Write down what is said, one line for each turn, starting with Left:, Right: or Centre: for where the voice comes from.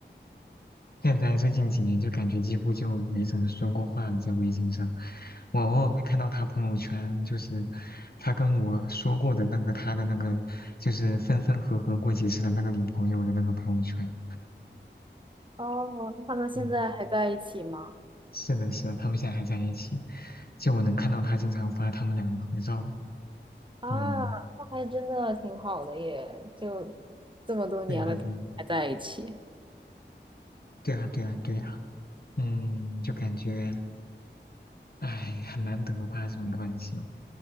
Left: 现在最近几年就感觉几乎就没怎么说过话了，在微信上，我偶尔会看到他朋友圈，就是他跟我说过的那个他的那个，就是分分合合过几次的那个女朋友的那个朋友圈。
Right: 哦，那他们现在还在一起吗？
Left: 嗯。是的，是的，他们现在还在一起，就我能看到他经常发他们两个合照。
Right: 啊，
Left: 嗯，
Right: 那还真的挺好的耶，就这么多年了还在一起。
Left: 对呀，对，对呀，对呀，对呀。嗯，就感觉，哎，很难得吧这种关系。